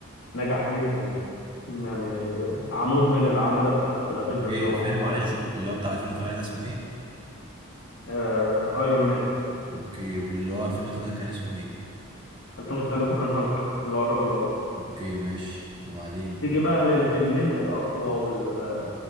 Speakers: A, on the left; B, on the right.
A: نجح جدا يعني يعني عمود من الاعمده بتاعه الافينجرز
B: اوكي
A: هو
B: الفيلم
A: ومارفل
B: معلش اللي هو بتاع 2008 ده اسمه ايه
A: آه... ايرون مان
B: اوكي واللي هو 2003 كان اسمه ايه
A: 2003 كان هالك اللي هو الرجل الاخضر
B: اوكي ماشي وبعدين
A: تيجي بقى للفيلمين الأقوى وال